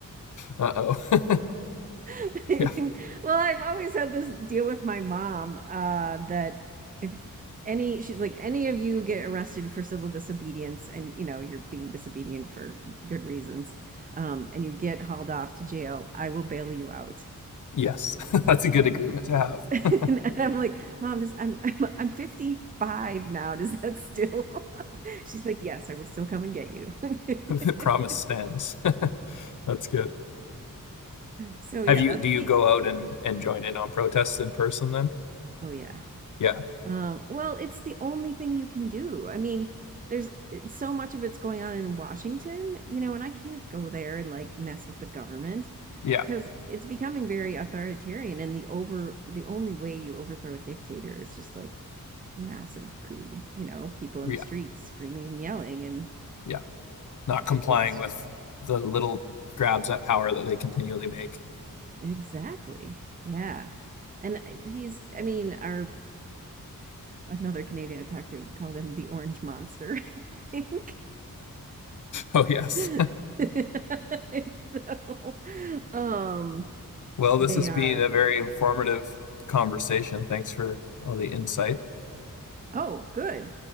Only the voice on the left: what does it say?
Uh-oh. <laughs>
Yeah.
Yes, <laughs> that's a good agreement to have.
<laughs>
The promise stands. <laughs> That's good.
Have you,
do you
go out and, and join in on protests in person then?
Yeah,
yeah,
yeah,
yeah. Not complying
with the little grabs at power that they continually make. <laughs>
Oh, yes.
Well,
this has
been a very informative conversation. Thanks for all the insight.